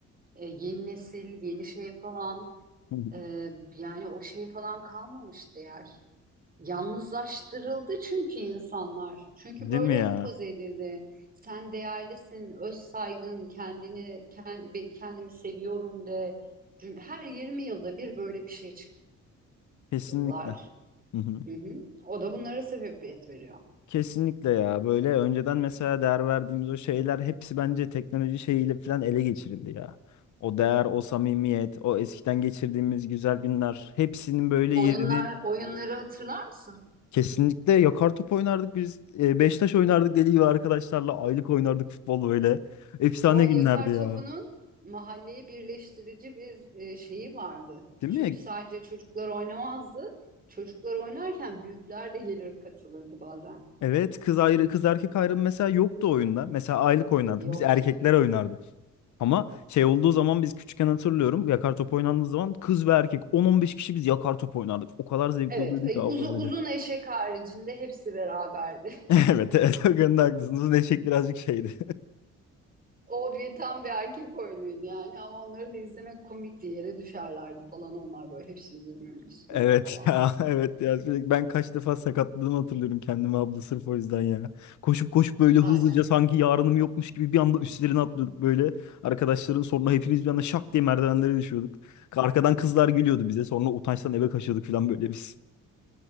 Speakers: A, on the right; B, on the left.
A: E, yeni nesil, yeni şey falan
B: Hı hı.
A: e, yani o şey falan kalmamıştı yer. Yalnızlaştırıldı çünkü insanlar. Çünkü
B: Değil
A: böyle
B: mi ya?
A: empoze edildi. Sen değerlisin, öz saygın, kendini kend- be- kendimi seviyorum de. Cüm- Her 20 yılda bir böyle bir şey
B: Kesinlikle.
A: çıkarırlar.
B: Hı hı.
A: Hı hı. O da bunlara sebebiyet veriyor.
B: Kesinlikle ya. Böyle önceden mesela değer verdiğimiz o şeyler hepsi bence teknoloji şeyiyle falan ele geçirildi ya. O değer, o samimiyet, o eskiden geçirdiğimiz güzel günler hepsinin böyle
A: Oyunlar,
B: yerini
A: oyunları hatırlar mısın?
B: Kesinlikle yakar top oynardık biz. E, beş taş oynardık deli gibi arkadaşlarla. Aylık oynardık futbol böyle. Efsane
A: O yakar
B: günlerdi ya.
A: topunun mahalleyi birleştirici bir e, şeyi vardı.
B: Değil
A: Çünkü
B: mi?
A: sadece çocuklar oynamazdı. Çocuklar oynarken büyükler de gelir katılırdı bazen.
B: Evet kız ayrı kız erkek ayrımı mesela yoktu oyunda. Mesela aylık oynardık.
A: Yoktu.
B: Biz erkekler oynardık. Ama şey olduğu zaman biz küçükken hatırlıyorum. Yakar top oynandığı zaman kız ve erkek 10-15 kişi biz yakar top oynardık. O kadar zevkli
A: Evet,
B: oluyordu ki abla
A: uzun,
B: böyle.
A: uzun eşek haricinde hepsi beraberdi.
B: <laughs>
A: <laughs>
B: Evet evet o konuda haklısınız. Neşek birazcık şeydi.
A: O bir tam bir erkek oyunuydu yani ama onları da izlemek komikti. Yere düşerlerdi falan onlar böyle hepsi birbirinin üstüne
B: Evet
A: falan.
B: ya <laughs> evet ya sürekli ben kaç defa sakatladığımı hatırlıyorum kendimi abla sırf o yüzden ya. Koşup koşup böyle
A: Aynen.
B: hızlıca sanki yarınım yokmuş gibi bir anda üstlerine atlıyorduk böyle. Arkadaşların sonra hepimiz bir anda şak diye merdivenlere düşüyorduk. Arkadan kızlar gülüyordu bize sonra utançtan eve kaçıyorduk falan böyle biz.